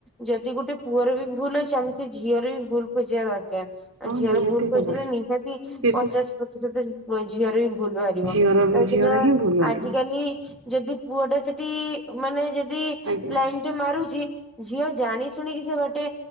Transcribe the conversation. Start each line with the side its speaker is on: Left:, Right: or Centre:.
Centre: ଯଦି ଗୋଟେ ପୁଅର ବି ଭୁଲ୍ ଅଛି ଆମେ ସେ ଝିଅର ବି ଭୁଲ ଖୋଜିବା ଦରକାର।
Right: ହଁ
Centre: ଆଉ ଝିଅର
Right: ନିହାତି
Centre: ଭୁଲ୍ ଖୋଜିଲେ
Right: ଭାବରେ
Centre: ନିହାତି
Right: କିନ୍ତୁ
Centre: ପଚାଶ ଝିଅ ର ବି ଭୁଲ ବାହାରିବ
Right: ଝିଅର
Centre: କାହିଁକିନା
Right: ଝିଅର ହିଁ ଭୁଲ ବାହାରିବ
Centre: ଆଜି କାଲି ଯଦି ପୁଅଟା ସେଠି ମାନେ ଯଦି
Right: ଆଜ୍ଞା
Centre: ଲାଇନ ଗୋଟେ ମାରୁଛି ଝିଅ ଜାଣି ଶୁଣିକି ସେବାଟେ